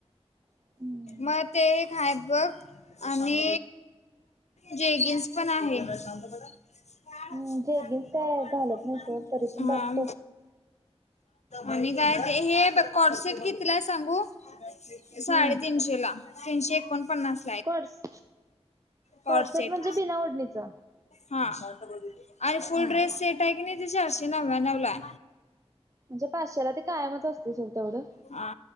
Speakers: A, on the right; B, on the left.
A: हम्म.
B: मग ते एक हाय बघ आणि.. जेगिन्स पण आहे. <unintelligible>
A: हम्म जेगिन्स काय घालत नाही सोड तरी पण
B: <inaudible> हा
A: बघतो
B: <inaudible> आणि काय हाय ते कॉर्सेट कितीला हाय सांगु?
A: हम्म
B: साडेतीनशे ला तीनशे एकोणपन्नास
A: कॉड्स
B: कॉड
A: कॉडसेट
B: सेट,
A: म्हणजे बिना ओढणीचा
B: हा. आणि फुल
A: हा
B: ड्रेस सेट हाय तिन्ही, चारशे नव्व्यानवलाय.
A: म्हणजे पाचशेला, ते कायमच असतोय सोड तेवढं.
B: हा,